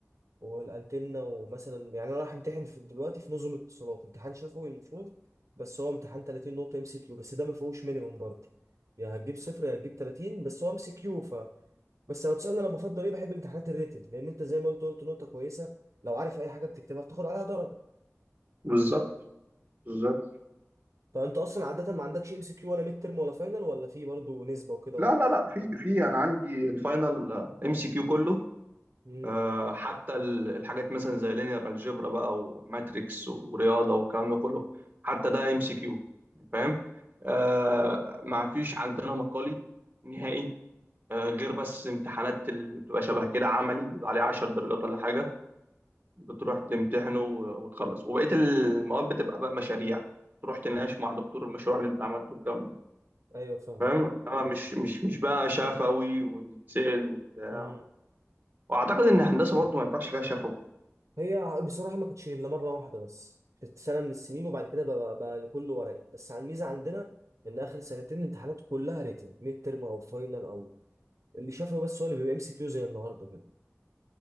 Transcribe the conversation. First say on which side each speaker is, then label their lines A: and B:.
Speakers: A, on the right (about 75°); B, on the right (about 35°).
A: والانتنه ومثلا يعني انا رايح امتحن في دلوقتي في نظم اتصالات امتحان شفوي المفروض بس هو امتحان 30 نقطه ام سي كيو بس ده ما فيهوش مينيمم برضه يا هتجيب صفر يا هتجيب 30 بس هو ام سي كيو بس لو تسألني انا بفضل ايه بحب امتحانات الريتن لان انت زي ما قلت قلت نقطة كويسة لو عارف اي حاجة بتكتبها بتاخد عليها درجة
B: بالظبط بالظبط
A: فانت اصلا عادة ما عندكش ام سي كيو ولا ميد ترم ولا فاينل ولا في برضه نسبة وكده
B: لا لا لا في في انا عندي الفاينل ام سي كيو كله
A: امم
B: آه، حتى ال- الحاجات مثلا زي لينير الجبرا بقى وماتريكس ورياضه والكلام ده كله حتى ده ام سي كيو فاهم آه، ما فيش عندنا مقالي نهائي آه، غير بس امتحانات اللي بتبقى شبه كده عملي بيبقى عليه 10 درجات ولا حاجه بتروح تمتحنه و- وتخلص وبقيه المواد بتبقى بقى مشاريع تروح تناقش مع دكتور المشروع اللي انت عملته والكلام ده
A: ايوه فاهم
B: فاهم انما مش مش مش بقى شفوي ونتسال وبتاع
A: امم
B: واعتقد ان الهندسه برضو ما ينفعش فيها شفوي
A: هي بصراحة ما كانتش إلا مرة واحدة بس في سنة من السنين وبعد كده بقى, بقى لكل ورقي بس على الميزة عندنا إن آخر سنتين الامتحانات كلها ريتن ميد ترم أو فاينل أو اللي شافه بس هو اللي بيبقى ام سي كيو زي النهاردة كده